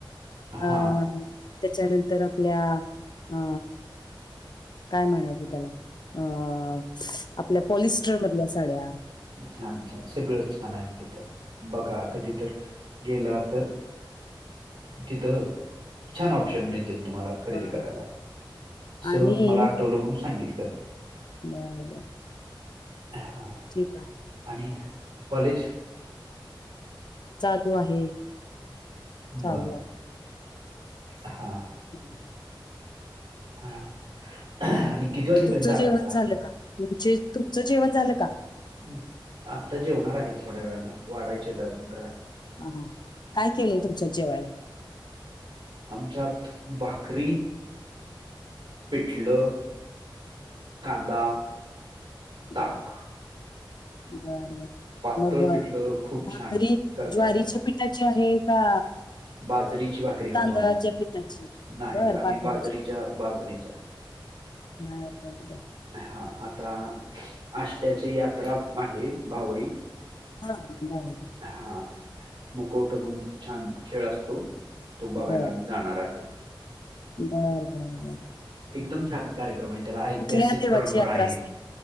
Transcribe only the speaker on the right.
हा
छान छान सगळं छान आहे तिथं बघा कधी तर गेला तर तिथं छान ऑप्शन मिळत तुम्हाला खरेदी
करायला
सहज मला आठवलं म्हणून सांगितलं
हा
आणि कॉलेज
बर
हा
हम् आणि किती <unintelligible>
असता
हमं आता जेवणार आहे थोड्या वेळानं वाढायचे आहेत अजून घरात
आमच्यात भाकरी पिठलं, कांदा ताक
पातळ
पिठलं खूप
छान करतात
बाजरीची भाकरी खातो
आम्ही
नाही
आम्ही
बाजरीच्या बाजरीचा
हा आता आष्ट्याची यात्रा माहेर भावई
हा मुखवटा म्हणून छान खेळ असतो तो बघायला
आम्ही जाणार आहे
एकदम छान! ! कार्यक्रम आहे त्याला ऐतिहासिक
परंपरा
आहे,